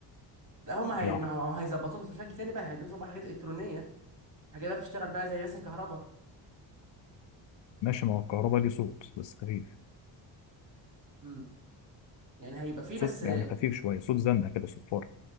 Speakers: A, on the right (about 40°); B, on the left (about 60°).
A: لا هم هي...
B: بالعقل
A: ما هو هيظبطوها بس بشكل تاني بقى هيضيفوا بقى حاجات الكترونيه حاجات بقى بتشتغل بقى زي مثلا كهرباء
B: ماشي ما هو الكهرباء ليه صوت بس خفيف
A: امم يعني هيبقى فيه
B: صوت
A: بس
B: يعني خفيف شوية صوت زنة كده صفارة